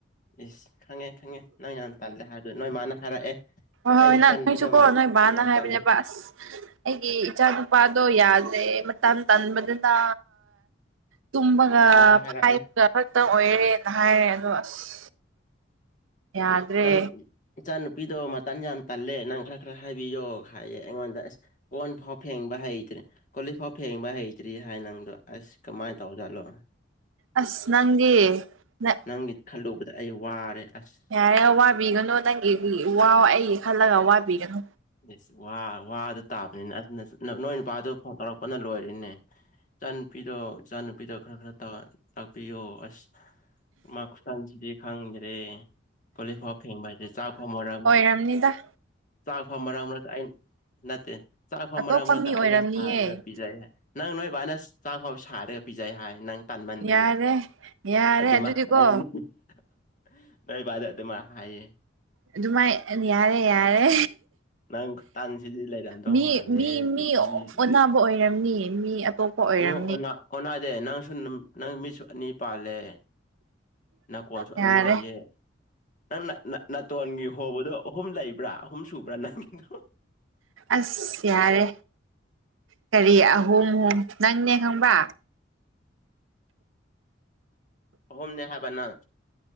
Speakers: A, on the left (about 40°); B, on the right (about 85°).
A: ꯏꯁ ꯈꯪꯉꯦ ꯈꯪꯉꯦ ꯅꯪ ꯌꯥꯝ ꯇꯜꯂꯦ ꯍꯥꯏꯕꯗꯣ ꯅꯣꯏ ꯃꯥꯅ ꯍꯥꯏꯔꯛꯑꯦ
B: ꯍꯣꯏ
A: ꯑꯩ ꯏꯆꯟꯅꯨꯄꯤꯗꯣ
B: ꯅꯪ ꯅꯪꯁꯨꯀꯣ ꯅꯣꯏ ꯕꯥꯅ
A: ꯌꯥꯝ
B: ꯍꯥꯏꯕꯅꯦꯕ
A: ꯇꯜꯂꯦ
B: ꯑꯁ ꯑꯩꯒꯤ ꯏꯆꯥ ꯅꯨꯄꯥꯗꯣ ꯌꯥꯗ꯭ꯔꯦ ꯃꯇꯟ ꯇꯟꯕꯗꯅ ꯇꯨꯝꯕꯒ
A: ꯃꯥ ꯍꯥꯏꯔꯛꯑꯦ
B: ꯐꯥꯏꯕꯒ ꯈꯛꯇꯪ ꯑꯣꯏꯔꯦ ꯍꯥꯏꯑꯦ ꯑꯗꯣ ꯑꯁ ꯌꯥꯗ꯭ꯔꯦ
A: ꯅꯪ ꯏꯆꯥꯅꯨꯄꯤꯗꯣ ꯃꯇꯟ ꯌꯥꯝ ꯇꯜꯂꯦ ꯅꯪ ꯈꯔ ꯈꯔ ꯍꯥꯏꯕꯤꯌꯣ ꯍꯥꯏꯌꯦ ꯑꯩꯉꯣꯟꯗ ꯑꯁ ꯀꯣꯟ ꯐꯥꯎ ꯐꯦꯡꯕ ꯍꯩꯇ꯭ꯔꯦ ꯀꯣꯂꯤꯛ ꯐꯥꯎ ꯐꯦꯡꯕ ꯍꯩꯇ꯭ꯔꯤ ꯍꯥꯏ ꯅꯪꯗꯣ ꯑꯁ ꯀꯃꯥꯏ ꯇꯧꯕ ꯖꯥꯠꯂꯣ
B: ꯑꯁ ꯅꯪꯗꯤ ꯅ
A: ꯅꯪꯒꯤ ꯈꯜꯂꯨꯕꯗ ꯑꯩ ꯋꯥꯔꯦ ꯑꯁ
B: ꯌꯥꯔꯦ ꯋꯥꯕꯤꯒꯅꯨ ꯅꯪꯒꯤ ꯋꯥꯎ ꯑꯩꯒꯤ ꯈꯜꯂꯒ ꯋꯥꯕꯤꯒꯅꯨ
A: ꯏꯁ ꯋꯥ ꯋꯥꯗ ꯇꯥꯕꯅꯤꯅ ꯑꯁ ꯅꯥ ꯅꯣꯏ ꯅꯄꯥꯗꯨ ꯐꯣꯟ ꯐꯥꯎꯔꯛꯄꯅ ꯂꯣꯏꯔꯦꯅꯦ ꯏꯆꯥꯅꯨꯨꯄꯤꯗꯣ ꯏꯆꯥꯅꯨꯄꯤꯗꯣ ꯈꯔ ꯈꯔ ꯇꯥꯛꯄꯤꯌꯣ ꯑꯁ ꯃꯈꯨꯗꯥꯡ ꯁꯤꯗꯤꯌꯦ ꯈꯥꯡꯗ꯭ꯔꯦ ꯀꯣꯂꯤꯛ ꯐꯥꯎ ꯐꯦꯡꯕ ꯍꯩꯇꯦ ꯆꯥꯛ ꯐꯥꯎ ꯃꯔꯛ
B: ꯔꯝꯅꯤꯗ
A: ꯆꯥꯛ ꯐꯥꯎ ꯃꯔꯛ ꯃꯔꯛꯇ ꯑꯩꯪ ꯅꯠꯇꯦ ꯆꯥꯛ ꯐꯥꯎ
B: ꯑꯇꯣꯞꯄ
A: ꯃꯔꯛ ꯃꯔꯛꯇ
B: ꯃꯤ ꯑꯣꯏꯔꯝꯅꯤꯌꯦ
A: ꯑꯩꯅ ꯁꯥꯏꯔꯒ ꯄꯤꯖꯩ ꯍꯥꯏ ꯅꯪ ꯅꯣꯏꯕꯥꯅ ꯆꯥꯛ ꯐꯥꯎ ꯁꯥꯏꯔꯒ ꯄꯤꯖꯩ ꯍꯥꯏ ꯅꯪ ꯇꯟꯃꯟꯕꯒꯤ
B: ꯌꯥꯔꯦ ꯌꯥꯔꯦ
A: ꯑꯗꯨꯃꯥꯏ
B: ꯑꯗꯨꯗꯤꯀꯣ
A: ꯍꯥꯏꯌꯦ <unintelligible> ꯅꯣꯏꯕꯥꯗꯤ ꯑꯗꯨꯃꯥꯏꯟ ꯍꯥꯏꯌꯦ
B: ꯑꯗꯨꯃꯥꯏ ꯑꯅꯤ ꯍꯥꯏꯔ ꯌꯥꯔꯦ
A: ꯅꯪ ꯈꯨꯇꯟꯁꯤꯗꯤ ꯂꯩꯔꯝꯗꯧ
B: ꯃꯤ
A: ꯃꯥꯟꯗꯦꯍꯦ
B: ꯃꯤ
A: ꯄ꯭ꯔꯤꯊꯤꯕꯤꯁꯤꯗꯤ
B: ꯃꯤ ꯑꯣꯟꯅꯥꯕ ꯑꯣꯏꯔꯝꯅꯤ ꯃꯤ ꯑꯇꯣꯞꯄ ꯑꯣꯏꯔꯝꯅꯤ
A: ꯃꯤ ꯑꯣꯟꯅ ꯑꯣꯟꯅꯗꯦ ꯅꯪꯁꯨ ꯅꯪ ꯃꯤꯠꯁꯨ ꯑꯅꯤ ꯄꯥꯜꯂꯦ ꯅꯀꯣꯡꯁꯨ
B: ꯌꯥꯔꯦ
A: ꯑꯅꯤ ꯂꯩꯌꯦ ꯅꯪ ꯅ-ꯅ-ꯅꯥꯇꯣꯟꯒꯤ ꯍꯣꯕꯗꯣ ꯑꯍꯨꯝ ꯂꯩꯕ꯭ꯔꯥ ꯑꯍꯨꯝ ꯁꯨꯕ꯭ꯔꯥ ꯅꯪꯒꯤꯗꯣ
B: ꯑꯁ ꯌꯥꯔꯦ ꯀꯔꯤ ꯑꯍꯨꯝ ꯅꯪꯅꯦ ꯈꯪꯕ
A: ꯑꯍꯨꯝꯅꯦ ꯍꯥꯏꯕ ꯅꯪ